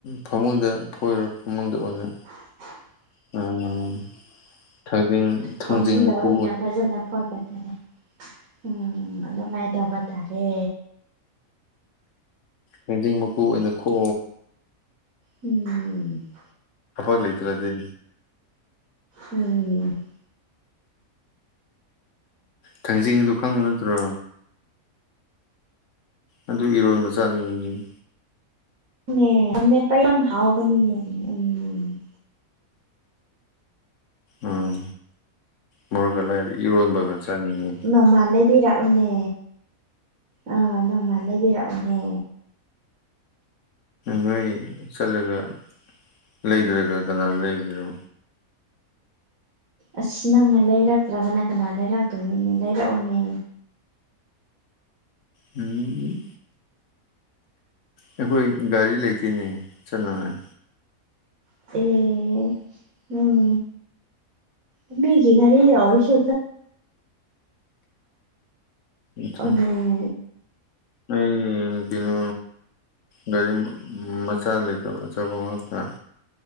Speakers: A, on the left; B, on the right.
A: ꯐꯃꯨꯡꯗ ꯐꯣꯏꯔꯣ ꯐꯃꯨꯡꯗ ꯑꯣꯏꯅ
B: <unintelligible>
A: ꯎꯝ ꯊꯥꯡꯖꯤꯡ ꯊꯥꯡꯖꯤꯡ
B: ꯐꯃꯕ
A: ꯃꯀꯨ
B: ꯑꯣꯏꯅ ꯐꯖꯅ ꯐꯣꯏꯒꯗꯔꯦ ꯎꯝ ꯑꯗ ꯃꯥꯏ ꯇꯒ ꯇꯔꯦ
A: ꯂꯝꯖꯤꯡ ꯃꯀꯨ ꯑꯣꯏꯅ ꯈꯣ
B: ꯎꯝ
A: ꯊꯐꯛ ꯂꯩꯇ꯭ꯔꯗꯤ
B: ꯎꯝ
A: ꯊꯥꯡꯖꯤꯡꯗꯨ ꯈꯪꯕ ꯅꯠꯇ꯭ꯔꯣ ꯑꯗꯨ ꯏꯔꯣꯟꯕ ꯆꯥꯅꯤꯡꯉꯤꯅꯦ
B: ꯅꯦ ꯃꯦꯠꯄ ꯌꯥꯝ ꯍꯥꯎꯕꯅꯤꯅꯦ ꯎꯝ
A: ꯎꯝ ꯃꯣꯔꯛꯀ ꯂꯥꯏꯗꯤ ꯏꯔꯣꯟꯕꯒ ꯆꯥꯅꯤꯡꯉꯤ
B: ꯅꯣꯡꯃꯥ ꯂꯩꯕꯤꯔꯛꯎꯅꯦ ꯑꯥ ꯅꯣꯡꯃꯥ ꯂꯩꯕꯤꯔꯛꯎꯅꯦ
A: ꯅꯣꯏ ꯆꯠꯂꯒ ꯂꯩꯗ꯭ꯔꯒ ꯀꯅꯥꯅ ꯂꯩꯒꯔꯣ
B: ꯑꯁ ꯅꯪꯅ ꯂꯩꯔꯛꯇ꯭ꯔꯒꯅ ꯀꯅꯥ ꯂꯩꯔꯛꯇꯣꯏꯅꯅꯦ ꯂꯩꯔꯛꯎꯅꯦ
A: ꯎꯝ ꯑꯩꯈꯣꯏ ꯒꯥꯔꯤ ꯂꯩꯇꯣꯏꯅꯦ ꯆꯠꯅꯉꯥꯏ
B: ꯑꯦ ꯎ ꯑꯃꯤꯒꯤꯒꯥꯔꯤꯍꯁ ꯆꯠꯂꯣꯅꯦ
A: ꯑ ꯑꯩ ꯀꯩꯅꯣ ꯒꯥꯔꯤ ꯃꯆꯥꯥ ꯂꯩꯇ ꯆ ꯀ